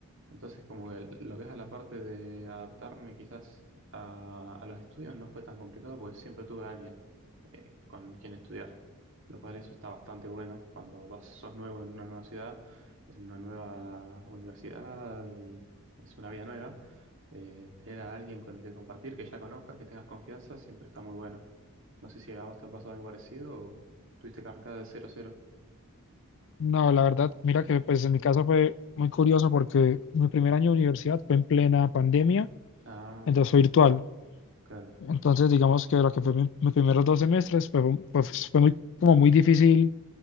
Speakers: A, on the right; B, on the left.
A: Entonces, como que lo que es a la parte de adaptarme quizás a, a los estudios no fue tan complicado porque siempre tuve a alguien eh, con quien estudiar, lo cual eso está bastante bueno cuando vas, sos nuevo en una nueva ciudad, en una nueva universidad y es una vida nueva. Eh, tener a alguien con el que compartir, que ya conozcas, que tengas confianza, siempre está muy bueno. No sé si a vos te ha pasado algo parecido o tuviste que arrancar de cero cero.
B: No, la verdad, mira que pues en mi caso fue muy curioso porque mi primer año de universidad fue en plena pandemia,
A: Ah,
B: entonces fue virtual.
A: claro.
B: Entonces, digamos que lo que fue mi- mis primeros dos semestres, pues, fue, pues, fue muy, como muy difícil